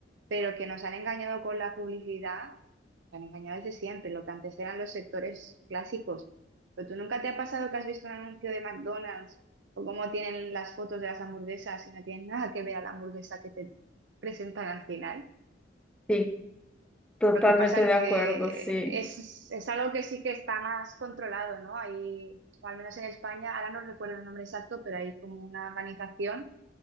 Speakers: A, on the right (about 75°); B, in the centre.
A: pero que nos han engañado con la publicidad, nos han engañado desde siempre, lo que antes eran los sectores clásicos. Pero tú nunca te ha pasado que has visto un anuncio de McDonald's o cómo tienen las fotos de las hamburguesas y no tienen nada que ver a la hamburguesa que te presentan al final.
B: Sí, totalmente
A: Lo que pasa
B: de
A: que
B: acuerdo, sí,
A: es, es algo que sí que está más controlado, ¿no? Hay, o al menos en España, ahora no recuerdo el nombre exacto, pero hay como una organización